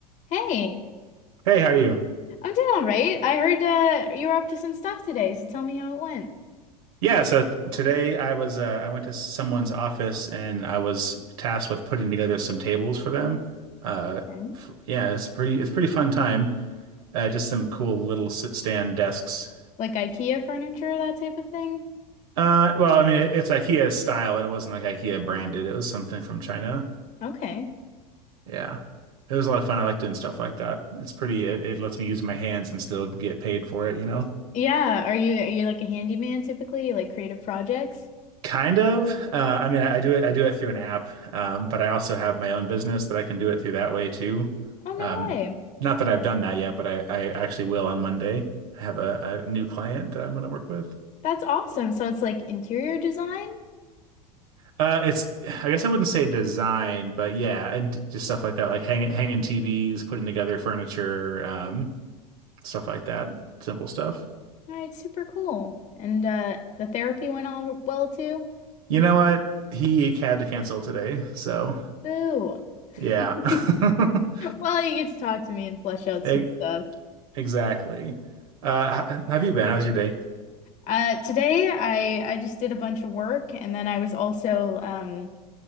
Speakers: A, on the left (about 40°); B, on the right (about 65°).
A: Hey,
B: Hey, how are you?
A: I'm doing all right. I heard uh, you were up to some stuff today, so tell me how it went.
B: Yeah, so today I was uh, I went to someone's office and I was tasked with putting together some tables for them. Uh,
A: Okay.
B: f yeah, it's a pretty it's a pretty fun time. Uh, just some cool little sit stand desks.
A: Like IKEA furniture, that type of thing.
B: Uh, well, I mean it, it's IKEA style, but it wasn't like IKEA branded. It was something from China.
A: Okay.
B: Yeah, it was a lot of fun. I like doing stuff like that. It's pretty. It, it lets me use my hands and still get paid for it, you know?
A: Yeah, are you are you like a handyman typically? You like creative projects?
B: Kind of. Uh, I mean, I, I do it. I do it through an app, um, but I also have my own business that I can do it through that way too.
A: Oh, no
B: Um,
A: way.
B: not that I've done that yet, but I, I actually will on Monday. I have a, a new client that I'm going to work with.
A: That's awesome. So it's like interior design?
B: Uh, it's. I guess I wouldn't say design, but yeah, and just stuff like that, like hanging hanging TVs, putting together furniture, um, stuff like that. Simple stuff.
A: All right, super cool. And uh the therapy went all well too?
B: You know what? He had to cancel today, so
A: Boo.
B: yeah. <laughs>
A: <laughs> Well, you get to talk to me and flesh out
B: It,
A: some stuff.
B: Exactly. Uh, h- have you been? How's your day?
A: Uh, today I I just did a bunch of work and then I was also um